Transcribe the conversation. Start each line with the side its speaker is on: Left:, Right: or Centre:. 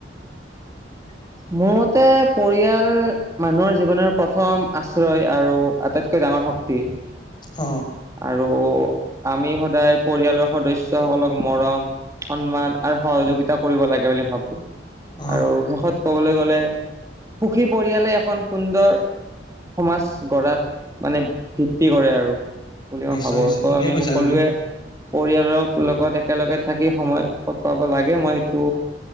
Left: <unintelligible>
Right: মোৰ মতে পৰিয়াল মানুহৰ জীৱনৰ প্ৰথম আশ্ৰয় আৰু আটাইতকৈ ডাঙৰ শ। <unintelligible>
Left: অ
Right: আৰু আমি সদায় পৰিয়ালৰ সদস্যসকলক মৰম। সন্মান আৰু সহযোগিতা কৰিব লাগে বুলি ভাবো।
Left: অ
Right: আৰু শেষত কবলৈ গলে। সুখী পৰিয়ালে এখন সুন্দৰ। সমাজ গঢ়াত মানে ভিত্তি কৰে আৰু। বুলি মই
Left: নিশ্চয়
Right: ভাবো
Left: নিশ্চয়
Right: ত'
Left: ঠিকে
Right: আমি
Left: কৈছা
Right: সকলোৱে।
Left: তুমি
Right: পৰিয়ালৰ লগত একেলগে থাকি সময় কটোৱাব লাগে মই এইটো